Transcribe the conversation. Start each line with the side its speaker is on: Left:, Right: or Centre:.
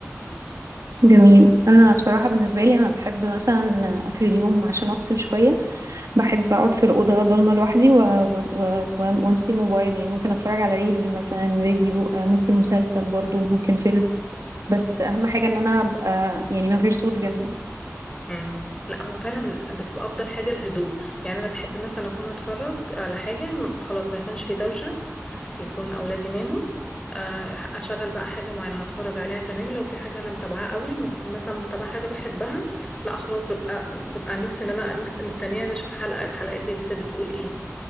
Right: جميل انا بصراحه بالنسبه لي انا بحب مثلا اخر اليوم عشان افصل شويه بحب اقعد في الاوضه ضلمه لوحدي و... و... و... وامسك الموبايل يعني ممكن اتفرج على ريلز مثلا فيديو آه، ممكن مسلسل برضو ممكن فيلم بس اهم حاجه ان انا ابقى يعني من غير صوت جنبي
Left: امم لا هو فعلا بتبقى افضل حاجه الهدوء يعني انا بحب مثلا اكون اتفرج على حاجه م- خلاص ما يكونش في دوشه يكون اولادي ناموا آه، اشغل بقى حاجه معينه هتفرج عليها تمام لو في حاجه انا متابعاها قوي ما بكون مثلا متابعه حاجه بحبها لا خلاص ببقى ببقى نفسي ان انا مست- مستنيه عايزة اشوف حلقه الحلقه الجديده بتقول ايه